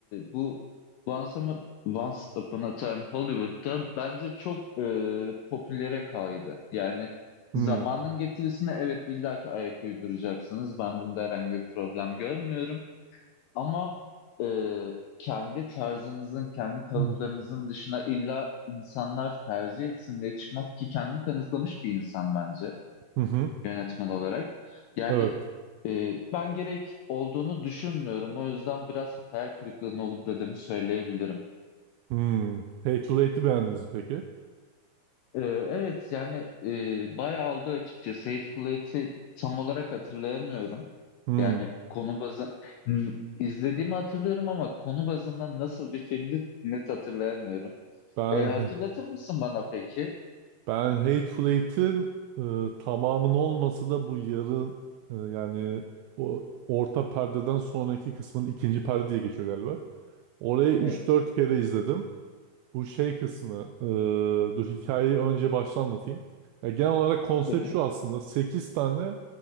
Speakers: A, on the left; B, on the right.
A: bu Once Upon, Once Upon a Time Hollywood'da bence çok e, popülere kaydı. Yani
B: Hmm.
A: zamanın getirisine evet illaki ayak uyduracaksınız. Ben bunda herhangi bir problem görmüyorum. Ama e, kendi tarzınızın, kendi kalıplarınızın
B: Hmm.
A: dışına illa insanlar tercih etsin diye çıkmak ki kendini kanıtlamış bir insan bence.
B: Hı hı.
A: yönetmen olarak. Yani
B: Evet.
A: e, ben gerek olduğunu düşünmüyorum. O yüzden biraz hayal kırıklığına uğradığımı söyleyebilirim.
B: Hmm. Hateful Eight'i beğendiniz mi peki?
A: E, evet yani e, bayağı oldu açıkçası. Hateful Eight'i tam olarak hatırlayamıyorum.
B: Hmm.
A: Yani konu bazı Hmm, izlediğimi hatırlıyorum ama konu bazında nasıl bir filmdi net hatırlayamıyorum.
B: Ben
A: E, hatırlatır mısın bana peki?
B: Ben Hateful Eight'in e, tamamını olmasa da bu yarın e, yani o orta perdeden sonraki kısmın ikinci perde diye geçiyor galiba. Oraya üç
A: Evet.
B: dört kere izledim. Bu şey kısmı. e, dur hikayeyi önce baştan anlatayım. Ya genel olarak konsept
A: Tabii.
B: şu aslında. 8 tane